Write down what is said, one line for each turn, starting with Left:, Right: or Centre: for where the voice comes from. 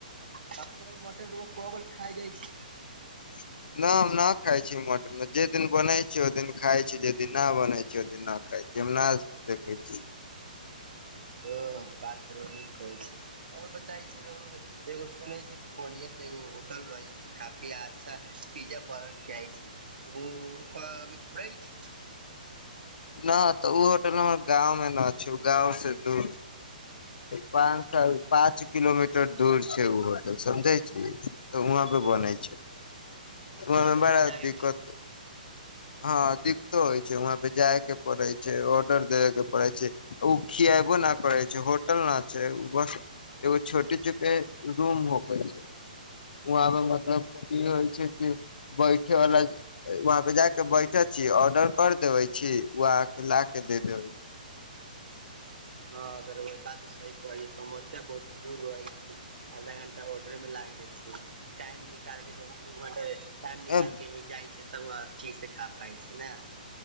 Right: त त मटन रोग को ब खाय जाइ छी <unintelligible>
Left: <unintelligible> न हम न खाय छी मटन जे दिन बने छै ओ दिन खाय छी जे दिन न बने छै ओ दिन न खाय छै जेना देखै छी
Right: ओ बात रो नीक कहै छय ओर बताय छै रहु एगो सुनै छै पूर्या से एगो होटल रहै छै काफी अच्छा पिज्जा ब खआइ छय ओ ओ अभी फुरै छै
Left: नय तऽ ओ होटल हम गाँंव मे न छै ओ गाँंव से दूर पाँच साल पाँच किलोमीटर दूर छय ओ होटल समझै छी तऽ वहाँ पे
Right: ओ
Left: बनै छै वहाँ में
Right: पर
Left: बड़ा
Right: रौआ जाके
Left: दिक्कत
Right: खा
Left: हँ दिक्कतो होइ छै वहाँ पे जाय के पड़ै छय ऑर्डर देबे के पड़ै छै ओ खियाबो न करै छै होटल न छय बस एगो छोटे चुके रूम होके छय वहाँ मतलब ई होइ छय कि बैठे वला वहा पे जाके बैठे छी ऑर्डर कर देवे छी ओ आके ला के दे देबै
Right: हँ त र ब तऽ सह कह छै समस्या बहुत दूर रहइ छय <inaudible> आधा घंटा ऑर्डर में लाग जाइ छै टाइम नि निकके त दू घंटाे टाइम
Left: छै।
Right: निकाल के ही जाइ छै तब ठीक से खा पाइ छै ने <inaudible>